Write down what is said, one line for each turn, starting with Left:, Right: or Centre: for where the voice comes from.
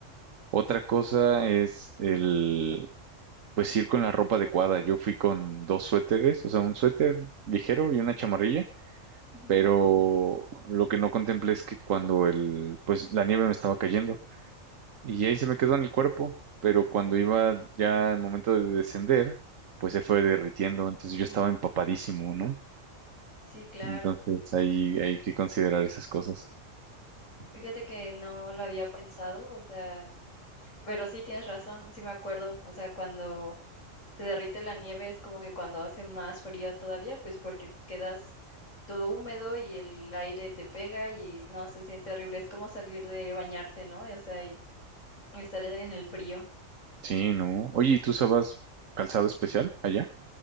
Right: Otra cosa es el, pues ir con la ropa adecuada. Yo fui con dos suéteres, o sea, un suéter ligero y una chamarrilla,
Left: Ujú.
Right: pero lo que no contemplé es que cuando el, pues la nieve me estaba cayendo y ahí se me quedó en el cuerpo, pero cuando iba ya el momento de descender, pues se fue derritiendo, entonces yo
Left: Mm,
Right: estaba empapadísimo, ¿no?
Left: Sí, claro.
Right: Entonces ahí hay que considerar esas cosas.
Left: Fíjate que no lo había pensado, o sea, pero sí tienes razón, sí me acuerdo, o sea, cuando se derrite la nieve, es como que cuando hace más frío todavía, pues porque quedas todo húmedo y el aire te pega y no, se siente horrible. Es como salir de bañarte, ¿no? O sea, y estar en el frío.
Right: Sí, ¿no? Oye, ¿y tú usabas calzado especial allá?